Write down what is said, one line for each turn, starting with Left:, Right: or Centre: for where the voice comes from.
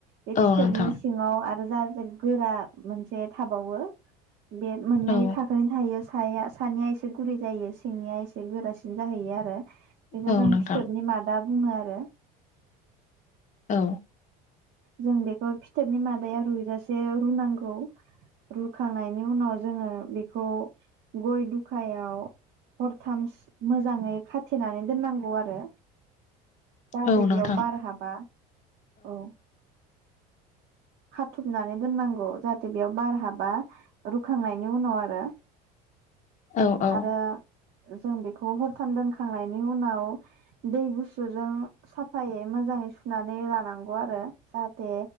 Right: बे
Left: औ
Right: फिथोबनि
Left: नोंथां
Right: सिङाव आरो जा जो गोरा मोनसे थाबावो बे मोननै
Left: औ
Right: थाखोनै थायो साया सानैया एसे गुरै जायो सिंनिया एसे गोरासिन जाहैयो आरो <inaudible> बेखौ
Left: औ
Right: जों
Left: नोंथां
Right: फिथोबनि मादा बुङो आरो
Left: औ
Right: जों बेखौ फिथोरनि मादाया रुइजासे रुनांगौ रुखांनायनि उनाव जोङो बेखौ गय दुखायाव हरथाम मोजाङै खाथेनानै दोननांगौ आरो जाहाथे
Left: औ नोंथां
Right: बेयाव बार हाबा औ खाथबनानै दोननांगौ जाहाथे बेयाव बार हाबा रुखांनायनि उनाव आरो
Left: औ औ
Right: आरो जों बेखौ हरथाम दोनखांनायनि उनाव दै गुसुजों साफायै मोजाङै सुनानै लानांगौ आरो जाहाथे